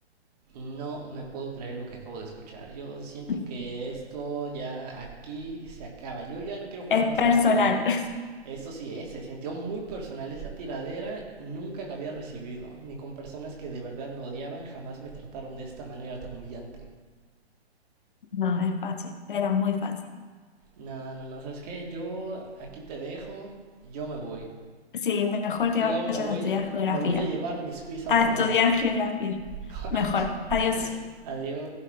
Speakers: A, on the right (about 35°); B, on the left (about 50°).
A: No me puedo creer lo que acabo de escuchar. Yo siento
B: <laughs>
A: que esto ya aquí se acaba. Yo ya no quiero jugar
B: Es
A: más
B: personal.
A: contigo.
B: <laughs>
A: Esto sí es, se sintió muy personal. Esa tiradera nunca la había recibido, ni con personas que de verdad me odiaban jamás me trataron de esta manera tan humillante.
B: No, es fácil, era muy fácil.
A: No, no, no, ¿sabes qué? Yo aquí te dejo, yo me voy.
B: Sí, mejor que
A: Yo
B: vayas
A: me voy,
B: a estudiar geografía.
A: me voy a llevar mis quiz a
B: A
A: otro
B: estudiar
A: lado.
B: geografía.
A: <laughs>
B: Mejor. Adiós.
A: Adiós.